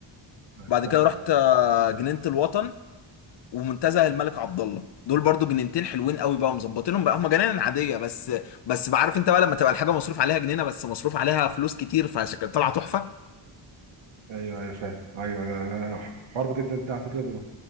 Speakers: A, on the right; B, on the left.
A: آه،
B: بعد
A: تحفة
B: كده رحت آه، جنينه الوطن ومنتزه الملك عبد الله دول برضو جنينتين حلوين قوي بقى مظبطينهم بقى هم جنان عاديه بس بس بعرف انت بقى لما تبقى الحاجه مصروف عليها جنينه بس مصروف عليها فلوس كتير فعشان طالعه تحفه
A: ايوه ايوه فاهم ايوه ده ده ده حوار بجد ده على فكرة